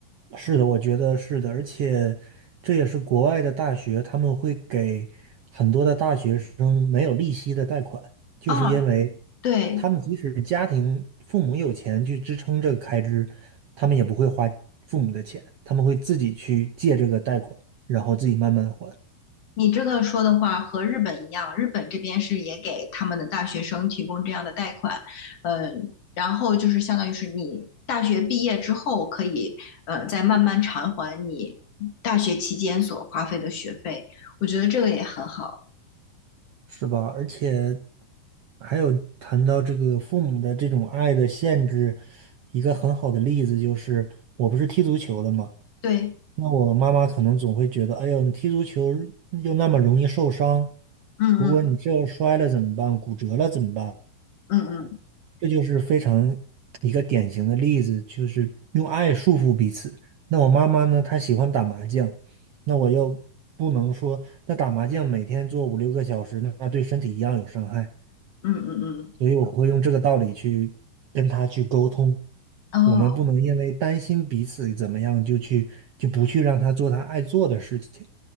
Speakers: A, on the right; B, on the left.
A: 是的，我觉得是的，而且这也是国外的大学，他们会给很多的大学生没有利息的贷款，就是因为
B: 啊，对，
A: 他们即使家庭父母有钱去支撑这个开支，他们也不会花父母的钱，他们会自己去借这个贷款，然后自己慢慢还，
B: 你这个说的话和日本一样，日本这边是也给他们的大学生提供这样的贷款，嗯，然后就是相当于是你大学毕业之后可以，呃，再慢慢偿还你大学期间所花费的学费，我觉得这个也很好。
A: 是吧？而且还有谈到这个父母的这种爱的限制，一个很好的例子就是，我不是踢足球的嘛。
B: 对，
A: 那我妈妈可能总会觉得，哎呦，你踢足球又那么容易受伤，
B: 嗯嗯
A: 如果你这摔了怎么办？骨折了怎么办？
B: 嗯嗯
A: 这就是非常一个典型的例子，就是用爱束缚彼此。那我妈妈呢，她喜欢打麻将，那我又不能说，那打麻将每天做五六个小时，那对身体一样有伤害，
B: 嗯嗯
A: 所以我会用这个道理去跟她去沟通。
B: 嗯，
A: 我们不能因为担心彼此怎么样，
B: 哦。
A: 就去就不去让她做她爱做的事情。